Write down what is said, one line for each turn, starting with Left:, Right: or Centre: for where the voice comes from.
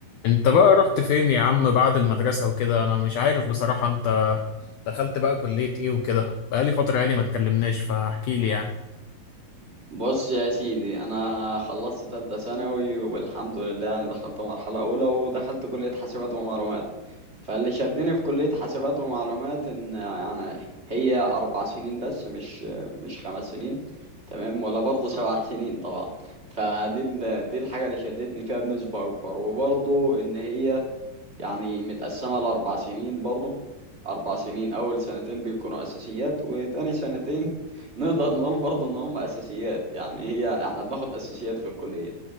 Left: انت بقى رحت فين يا عم بعد المدرسة وكده انا مش عارف بصراحة انت دخلت بقى كلية ايه وكده بقالي فترة يعني ما اتكلمناش فاحكي لي يعني
Right: بص يا سيدي انا خلصت ثالثه ثانوي والحمد لله انا دخلت مرحله اولى ودخلت كليه حاسبات ومعلومات فاللي شدني في كليه حاسبات ومعلومات ان يعني هي اربع سنين بس مش مش خمس سنين تمام ولا برضه سبع سنين طبعا فدي ال- دي الحاجه اللي شدتني فيها بنسبه اكبر وبرضه ان هي يعني متقسمة لأربع سنين برضه أربع سنين أول سنتين بيكونوا أساسيات وتاني سنتين <laughs> نقدر نقول برضه إن هم أساسيات يعني هي إحنا بناخد أساسيات في الكلية